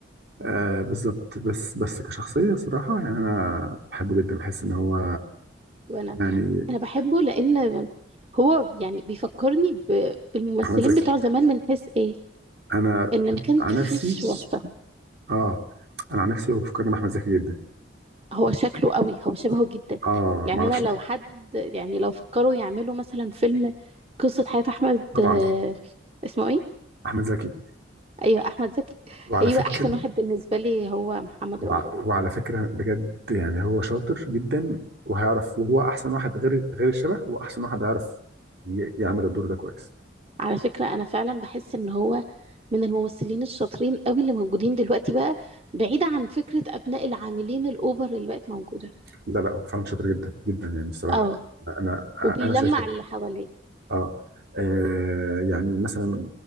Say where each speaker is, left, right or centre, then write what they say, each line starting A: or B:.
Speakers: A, on the right; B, on the right.
A: آه بالظبط بس بس كشخصيه صراحه يعني انا بحبه جدا بحس ان هو
B: وانا
A: يعني
B: انا بحبه لان هو يعني بيفكرني ب... بالممثلين
A: احمد زكي
B: بتوع زمان من حيث ايه
A: انا
B: ان ما كان
A: عن
B: فيش
A: نفسي
B: واسطة
A: اه انا عن نفسي هو فكرني باحمد زكي جدا
B: هو شكله قوي هو شبهه جدا
A: اه
B: يعني
A: ما اعرفش
B: انا لو
A: ليه
B: حد يعني لو فكروا يعملوا مثلا فيلم قصة حياة احمد
A: انا
B: آه،
A: طبعا
B: اسمه ايه
A: احمد زكي
B: ايوه احمد زكي
A: وعلى
B: هيبقى
A: يعني فكره
B: احسن واحد بالنسبة لي هو محمد
A: وع-
B: رمضان
A: وعلى فكرة بجد يعني هو شاطر جدا وهيعرف وهو أحسن واحد غير غير الشبه هو أحسن واحد هيعرف ي- يعمل الدور ده كويس
B: على فكرة أنا فعلا بحس إن هو من الممثلين الشاطرين قوي اللي موجودين دلوقتي بقى بعيدة عن فكرة أبناء العاملين الأوفر اللي بقت موجودة
A: لا لا هو فعلا شاطر جدا جدا يعني الصراحة
B: اه
A: أنا
B: وبيلمع
A: أنا شايف كده
B: اللي حواليه
A: آه. آه يعني مثلا